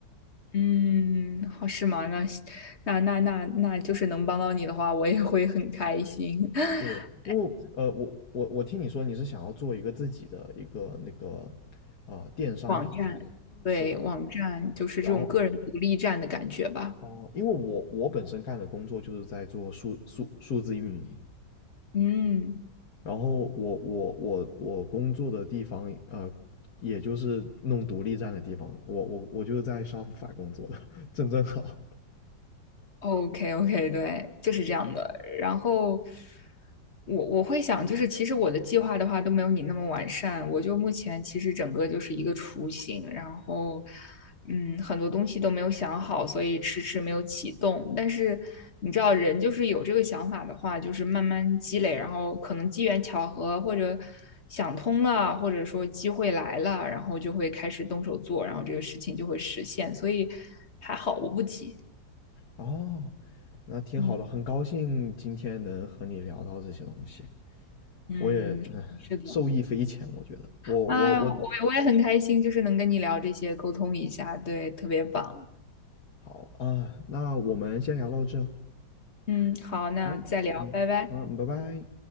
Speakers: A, on the left; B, on the left.
A: 嗯，好是吗？那那那那那就是能帮到你的话，我也会很开心。<laughs>
B: 对，因为呃，我我我听你说你是想要做一个自己的一个那个啊、呃电商平台是吧？
A: 网站，对，网站就是这种个人独立站的感觉吧。
B: 然后哦，因为我我本身干的工作就是在做数数数字运营，
A: 嗯。
B: 然后我我我我工作的地方呃，也就是弄独立站的地方，我我我就是在 Shopify 工作的，<laughs> 正正好。
A: OK OK，对，就是这样的。然后我我会想，就是其实我的计划的话都没有你那么完善。我就目前其实整个就是一个雏形，然后嗯，很多东西都没有想好，所以迟迟没有启动。但是你知道，人就是有这个想法的话，就是慢慢积累，然后可能机缘巧合或者想通了，或者说机会来了，然后就会开始动手做，然后这个事情就会实现。所以还好，我不急。
B: 哦，那挺好的，
A: 嗯。
B: 很高兴今天能和你聊到这些东西，
A: 嗯，
B: 我也嗯受益匪浅，
A: 是的，
B: 我觉得。我我我，
A: 哎，我我也很开心，就是能跟你聊这些，沟通一下，对，特别棒。
B: 好啊，那我们先聊到这。
A: 嗯，好，那再聊，
B: 好，嗯，
A: 拜拜。
B: 好，拜拜。